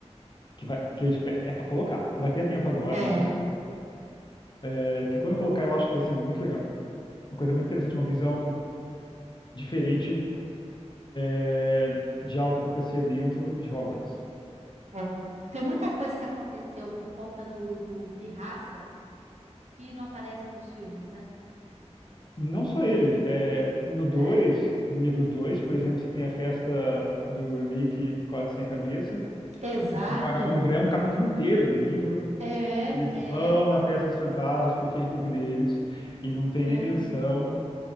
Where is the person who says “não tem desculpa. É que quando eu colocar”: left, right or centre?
Left